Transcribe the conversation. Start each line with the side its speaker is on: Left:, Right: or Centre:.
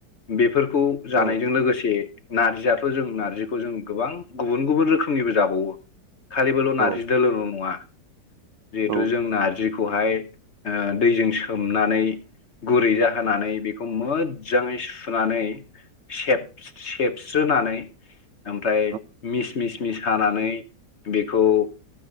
Left: बेफोर खौ जानायजों
Right: औ
Left: लोगोसे नारजियाथ' जोंना खौ जों गोबां गुबुन गुबुन रोखोमनिबो जाबावो। खालिबोल'
Right: औ
Left: नारजि
Right: नंगौ
Left: दोलोल' नङा। जिहेथु
Right: औ
Left: जों नारजिखौहाय ओ दैजों सोमनानै गुरै जाहोनानै बेखौ मोजाङै सुनानै सेब-सेबस्रोनानै ओमफ्राय
Right: औ
Left: मिस मिस मिस हानानै बेखौ ओ